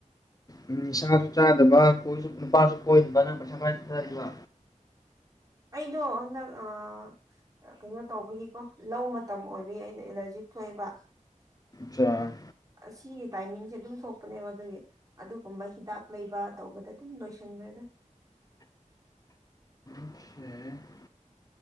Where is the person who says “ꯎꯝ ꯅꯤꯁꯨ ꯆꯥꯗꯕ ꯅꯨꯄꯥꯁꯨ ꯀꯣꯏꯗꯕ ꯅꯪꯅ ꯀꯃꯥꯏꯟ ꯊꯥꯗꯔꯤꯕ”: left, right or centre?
Left